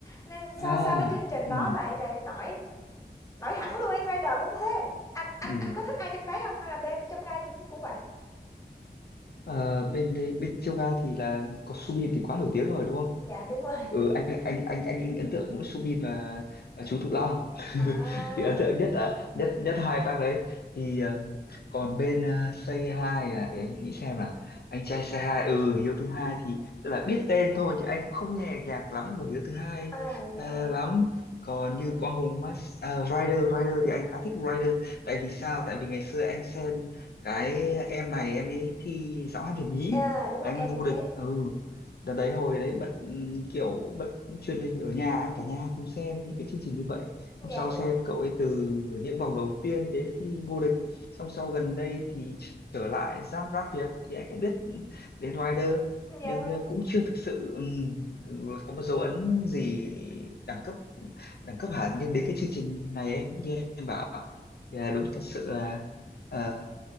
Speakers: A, on the left (about 20°); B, on the left (about 65°).
A: nên sau
B: à
A: sau cái chương trình đó
B: ừ
A: lại lại nổi nổi hẳn luôn ấy Rider cũng thế anh anh
B: ừ
A: anh có thích ai trong đấy không hay là bên trong gai cũng cũng vậy
B: Ờ, bên đấy bên trong gai thì là có Subin thì quá nổi tiếng rồi đúng
A: dạ đúng rồi
B: ừ, anh, anh anh anh anh ấn tượng mỗi Subin và, và chú Tự Long <laughs>
A: à
B: thì ấn tượng nhất là nhất nhất hai bác đấy thì ờ, còn bên ờ, Say Hi à để anh nghĩ xem là anh trai Say Hi ừ Hiếu thứ hai thì tức là biết tên thôi chứ anh cũng không nghe nhạc lắm của Hiếu thứ hai
A: à dạ
B: ờ,
A: vâng
B: lắm còn như Quang Hùng Max à, Rider Rider thì anh khá thích Rider tại vì sao tại vì ngày xưa anh xem cái em này em ấy thi giọng hát Việt nhí
A: à đúng rồi
B: và em
A: em
B: ấy vô
A: cũng thế
B: địch ừ đợt đấy hồi đấy bật ừm, kiểu bật truyền hình ở nhà ấy cả nhà cùng xem những cái chương trình như vậy xong
A: dạ
B: sau
A: đúng
B: xem
A: rồi
B: cậu ấy từ những vòng đầu tiên đến khi vô địch xong sau gần đây thì trở lại Giáp Rap Việt thì anh cũng biết đến Rider
A: dạ
B: nhưng
A: vâng
B: ờ, cũng chưa thực sự ừm, có một dấu ấn gì đẳng cấp đẳng cấp hẳn nhưng đến cái chương trình này em như em bảo là đúng thật sự là ờ,